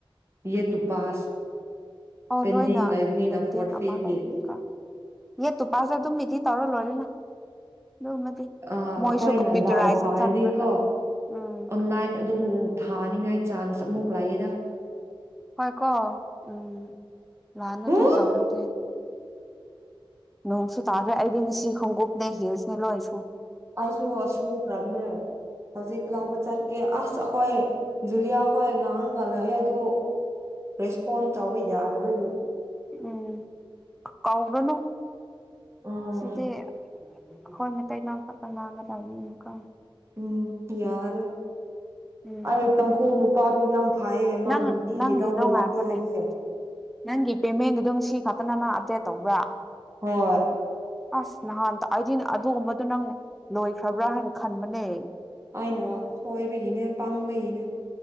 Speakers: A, on the right; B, in the centre.
A: ꯌꯦꯠꯇꯨ ꯄꯥꯁ
B: ꯑꯣ
A: ꯄꯦꯟꯗꯤꯡ
B: ꯂꯣꯏꯅ
A: ꯂꯩꯕꯅꯤꯅ
B: ꯄꯦꯟꯗꯤꯡ
A: ꯐꯣꯔꯠ ꯐꯤꯐꯀꯤ
B: ꯑꯃ ꯂꯩꯕꯒꯤꯀꯣ ꯌꯦꯠꯇꯨ ꯄꯥꯁ ꯑꯗꯨꯝ ꯏꯗꯤꯠ ꯇꯧꯔ ꯂꯣꯏꯔꯦꯅ ꯑꯗꯨꯃꯗꯤ
A: ꯑ
B: ꯃꯣꯏꯁꯨ
A: ꯑꯩꯈꯣꯏꯅ
B: ꯀꯝꯄ꯭ꯌꯨꯇꯔꯥꯏꯁꯇ
A: ꯗꯥꯎ ꯐꯥꯔꯗꯤꯀꯣ
B: ꯆꯪꯔꯒ ꯎꯝ
A: ꯑꯣꯟꯂꯥꯏꯟ ꯑꯗꯨꯝ ꯊꯥꯅꯤꯡꯉꯥꯏ ꯆꯥꯟꯁ ꯑꯃꯨꯛ ꯂꯩꯌꯦꯗ
B: ꯄꯥꯏꯀꯣ ꯎꯝ ꯂꯥꯟꯗ
A: ꯍꯨ
B: ꯑꯗꯨꯝ ꯇꯧꯔꯗꯩ ꯅꯣꯡꯁꯨ ꯇꯥꯈ꯭ꯔꯦ ꯑꯩꯗꯤ ꯉꯥꯁꯤ ꯈꯣꯡꯒꯨꯞꯅꯦ ꯍꯤꯜꯁꯅꯦ ꯂꯣꯏꯅ
A: ꯑꯩꯁꯨ ꯁꯨꯈ꯭ꯔꯝꯅꯦ ꯍꯧꯖꯤꯛ ꯂꯧꯕ ꯆꯠꯀꯦ ꯑꯁ ꯑꯈꯣꯏ ꯖꯨꯂꯤꯌꯥ ꯍꯣꯏ ꯉꯥꯡꯔꯒ ꯂꯥꯛꯑꯦ ꯑꯗꯨ ꯔꯦꯁꯄꯣꯟ ꯇꯧꯕ ꯌꯥꯗꯒꯤ
B: ꯎꯝ ꯀꯧꯒꯅꯨ
A: ꯎꯝ
B: ꯁꯤꯗꯤ ꯍꯣꯏ ꯃꯩꯇꯩ ꯂꯣꯟꯈꯛꯇ ꯉꯥꯡꯒꯗꯕꯅꯤꯅ ꯈꯣ
A: ꯎꯝ ꯌꯥꯔꯔꯣꯢ
B: ꯎꯝ
A: ꯑꯩ ꯇꯪꯈꯣꯡ ꯅꯨꯞ ꯇꯥꯔꯨ ꯌꯥꯝ ꯐꯩꯌꯦ ꯃꯥ
B: ꯅꯪ
A: ꯅꯨꯡꯇꯤꯒꯤ
B: ꯅꯪꯒꯤꯗꯣ
A: ꯂꯧꯕ
B: ꯉꯥꯏꯈꯣꯅꯦ
A: ꯂꯥꯛꯀꯦ ꯍꯥꯏꯌꯦ
B: ꯅꯪꯒꯤ ꯄꯦꯃꯦꯟꯒꯤꯗꯣ ꯉꯥꯁꯤ ꯈꯛꯇꯅ ꯅ ꯑꯞꯗꯦꯠ ꯇꯧꯕ꯭ꯔ
A: ꯍꯣꯏ
B: ꯑꯁ ꯅꯍꯥꯟ ꯑꯩꯗꯤ ꯑꯗꯨꯒꯨꯝꯕꯗꯨ ꯅꯪ ꯂꯣꯏꯈ꯭ꯔꯕꯔꯥ ꯍꯥꯏꯅ ꯈꯟꯕꯅꯦ
A: ꯑꯩꯅ ꯁꯣꯏꯕꯒꯤꯅꯦ ꯄꯪꯕꯒꯤꯅꯦ